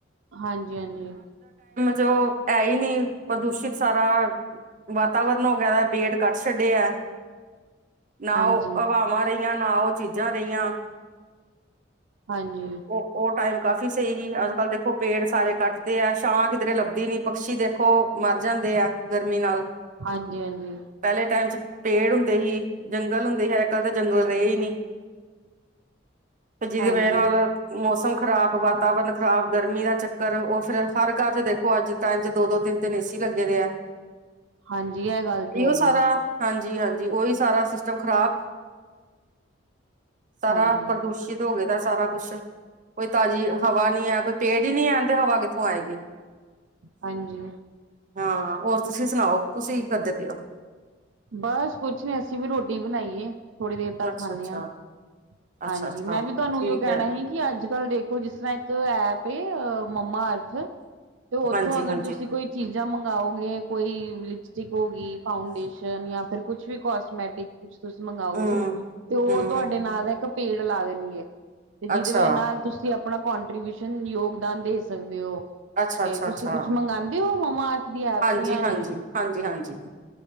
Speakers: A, on the right; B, on the right.
A: ਹਾਂਜੀ-ਹਾਂਜੀ
B: ਜੋ ਹੈ ਹੀ ਨੀ, ਪ੍ਰਦੂਸ਼ਿਤ ਸਾਰਾ ਵਾਤਾਵਰਣ ਹੋਗਿਆ ਪੇਟ ਕਟਣ ਛੱਡਿਆ ਨਾ
A: ਹਾਂਜੀ
B: ਉਹ ਹਵਾਵਾਂ ਰਹੀਆਂ ਨਾ ਉਹ ਚੀਜ਼ਾਂ ਰਹੀਆਂ,
A: ਹਾਂਜੀ
B: ਉਹ-ਉਹ ਟਾਈਮ ਕਾਫੀ ਕਾਫੀ ਸਹੀ ਸੀ ਅੱਜ ਕੱਲ ਦੇਖੋ ਪੇੜ ਸਾਰੇ ਕੱਟਦੇ ਆ ਛਾਂ ਕਿਧਰੇ ਲੱਭਦੀ ਨੀ ਪਕਸ਼ੀ ਦੇਖੋ, ਮਰ ਜਾਂਦੇ ਆ ਗਰਮੀ ਨਾਲ,
A: ਹਾਂਜੀ-ਹਾਂਜੀ
B: ਪਹਿਲੇ ਟਾਈਮ ਚ ਪੇੜ ਹੁੰਦੇ ਸੀ ਜੰਗਲ ਹੁੰਦੇ ਹੈ ਅਜ ਕੱਲ ਤਾਂ ਜੰਗਲ ਰਹੇ ਹੀ ਨਹੀਂ। ਤੇ ਜਿਹਦੀ
A: ਹਾਂਜੀ
B: ਵਜ੍ਹਾ ਨਾਲ ਮੌਸਮ, ਖ਼ਰਾਬ ਵਾਤਾਵਰਨ ਖਰਾਬ ਗਰਮੀ ਦਾ ਚੱਕਰ ਉਹ ਫਿਰ ਹਰ ਘਰ ਚ ਦੇਖੋ ਅੱਜ ਟਾਈਮ ਚ ਦੋ ਦੋ ਤਿੰਨ ਨ ਸੀ ਲੱਗੇ ਦੇ ਆ
A: ਹਾਂਜੀ ਇਹ ਗੱਲ ਤੇ
B: ਇਹੋ
A: ਹੈਗੀ
B: ਸਾਰਾ
A: ਹੈ
B: ਹਾਂਜੀ, ਜੀ ਹਾਂਜੀ ਉਹੀ ਸਾਰਾ ਸਿਸਟਮ ਖਰਾਬ, ਸਾਰਾ
A: ਹਾਂਜੀ
B: ਪ੍ਰਦੂਸ਼ਿਤ ਹੋ ਗਏ। ਸਾਰਾ ਕੁਛ ਕੋਈ ਤਾਜ਼ੀ ਹਵਾ ਨੀ ਹੈ ਕੋਈ ਪੇੜ ਹੀ ਨੀ ਐ ਤੇ ਹਵਾ ਕਿੱਥੋਂ ਆਏਗੀ।
A: ਹਾਂਜੀ,
B: ਹਾਂ ਹੋਰ ਤੁਸੀਂ ਸੁਣਾਓ ਤੁਸੀਂ? ਕਰਦੇ ਪਏ ਹੋ?
A: ਬਸ ਕੁਛ ਨੀ ਅਸੀਂ ਵੀ ਰੋਟੀ ਬਣਾਈਏ, ਥੋੜ੍ਹੀ ਦੇਰ ਤੱਕ
B: ਅੱਛਾ
A: ਖਾਂਨੇ
B: ਅੱਛਾ
A: ਹਾਂ, ਹਾਂਜੀ
B: ਅੱਛਾ ਅੱਛਾ
A: ਮੈਂ ਵੀ ਤੁਹਾਨੂੰ
B: ਠੀਕ
A: ਇਹੋ ਕਹਿਣਾ
B: ਹੈ।
A: ਸੀ ਕਿ ਅੱਜ-ਕੱਲ੍ਹ ਦੇਖੋ ਜਿਸ ਤਰ੍ਹਾਂ ਇੱਕ ਐਪ ਅ ਮੰਮਾ ਅਰਥ ਤੇ ਉੱਥੋਂ
B: ਹਾਂਜੀ
A: ਅਗਰ
B: ਹਾਂਜੀ
A: ਤੁਸੀਂ ਕੋਈ ਚੀਜ਼ਾਂ ਮੰਗਵਾਓਗੇ। ਕੋਈ ਲਿਪਸਟਿਕ ਹੋ ਗਈ ਫਾਊਂਡੇਸ਼ਨ ਯਾਂ ਫਿਰ ਕੁਛ ਵੀ ਕਸਮੈਟਿਕ ਕੁਛ ਤੁਸੀਂ ਮੰਗਓਗੇ
B: ਹਮ
A: ਤੇ ਉਹ
B: ਹਮ
A: ਤੁਹਾਡੇ ਨਾਂ ਦਾ ਇੱਕ ਪੇੜ ਲਾ ਦੇਣਗੇ। ਤੇ ਜਿਹਦੇ
B: ਅੱਛਾ
A: ਨਾਲ ਤੁਸੀਂ ਆਪਣਾ ਕੋਂਟਰੀਬਿਊਸ਼ਨ ਯੋਗਦਾਨ ਦੇ ਸਕਦੇ ਹੋ।
B: ਅੱਛਾ
A: ਤੇ
B: ਅੱਛਾ
A: ਤੁਸੀਂ
B: ਅੱਛਾ
A: ਕੁਛ ਮੰਗਾਦੇ ਹੋ- ਮੰਮਾ ਅਰਥ ਦੀ ਐਪ
B: ਹਾਂਜੀ
A: ਤੋਂ ਜਾਂ
B: ਹਾਂਜੀ
A: ਨਹੀਂ
B: ਹਾਂਜੀ ਹਾਂਜੀ।